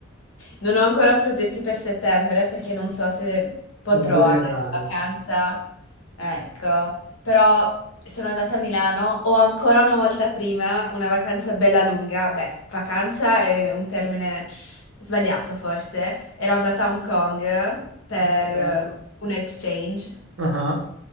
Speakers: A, on the left; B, on the right.
A: Non ho ancora progetti per settembre perché non so se potrò
B: Lavorerai.
A: andare in vacanza. Ecco, però sono andata a Milano, ho ancora una volta prima una vacanza bella lunga. Beh, vacanza è un termine sbagliato forse. Ero andata a Hong Kong per
B: Che bello.
A: un exchange.
B: Ah.